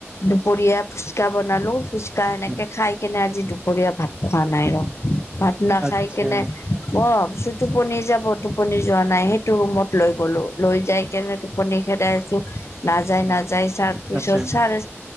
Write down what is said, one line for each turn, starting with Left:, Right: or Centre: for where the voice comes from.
Left: দুপৰীয়া ফুচকা বনালোঁ। খুচকা এনেকে
Right: উম,
Left: খাই কেনে আজি দুপৰীয়া ভাত খোৱা নাই ৰ' ভাত নাখাই
Right: আচ্ছা
Left: কেনে অ, পিছে টোপনি যাব টোপনি যোৱা নাই সেইটো ৰুমত লৈ গলো লৈ যাই কেনে টোপনি খেদাই নাযায়-
Right: উম,
Left: নাযায় ছাৰপিছত
Right: আচ্ছা
Left: ছাৰে